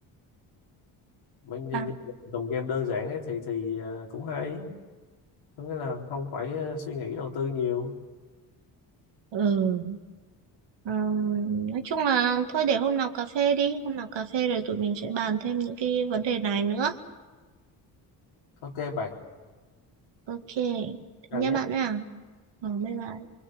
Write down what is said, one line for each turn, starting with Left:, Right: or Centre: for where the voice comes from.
Left: mình nhìn
Right: À,
Left: những dòng game đơn giản ấy thì thì ờ, cũng hay có nghĩa là không phải ờ, suy nghĩ đầu tư nhiều
Right: ừ. ừm, nói chung là thôi để hôm nào cà phê đi. Hôm nào cà phê rồi tụi mình sẽ bàn thêm những cái vấn đề này nữa.
Left: ok bạn
Right: Ok. Thế
Left: chào
Right: nha
Left: nhé
Right: bạn à. Ờ, bye bye.